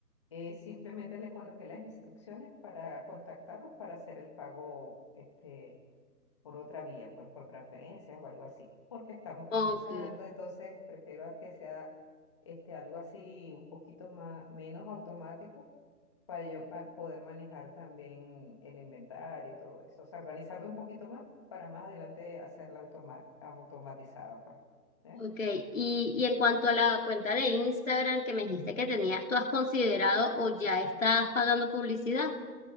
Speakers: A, on the left; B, on the left.
A: Eh, simplemente le coloqué las instrucciones para contactarnos para hacer el pago este, por otra vía, pues por transferencias o algo así, porque estamos comenzando,
B: Ok,
A: entonces prefiero a que sea este, algo así un poquito más, menos automático para yo pa- poder manejar también el inventario y todo eso, o sea, organizarme un poquito más para más adelante hacerla automa- automatizada, pues. ¿eh?
B: ok. Y, y en cuanto a la cuenta de Instagram que me dijiste que tenías, ¿tú has considerado o ya estás pagando publicidad?